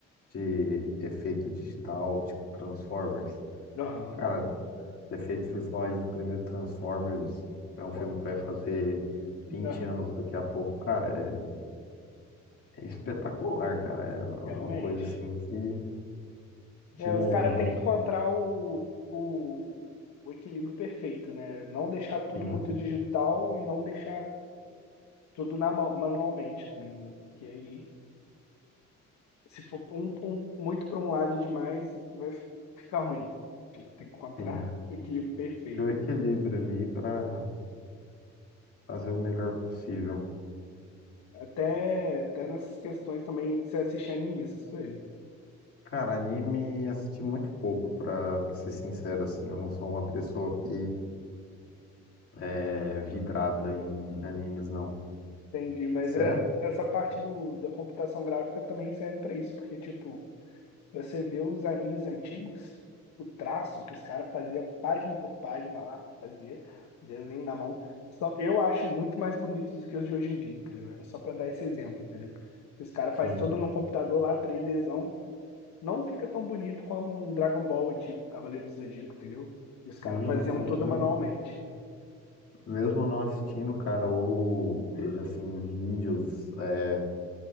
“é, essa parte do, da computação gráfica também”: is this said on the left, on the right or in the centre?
Left